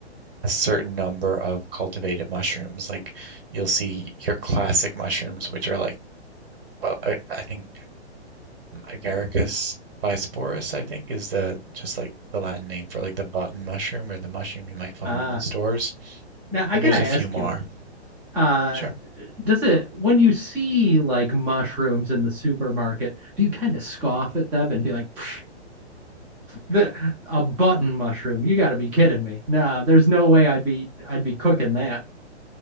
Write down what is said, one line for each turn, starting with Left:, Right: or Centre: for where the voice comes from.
Right: a certain number of cultivated mushrooms. Like you'll see your classic mushrooms, which are like, well, I, I think Agaricus bisporus, I think, is the just like the Latin name for like the button mushroom or the mushroom you might find
Centre: Ah,
Right: in the stores.
Centre: now I
Right: And
Centre: gotta
Right: there's a
Centre: ask
Right: few more.
Centre: you, uh
Right: Sure.
Centre: does it when you see like mushrooms in the supermarket do you kind of scoff at them and be like "Pfft, the, a button mushroom you got to be kidding me nah there's no way i'd be i'd be cooking that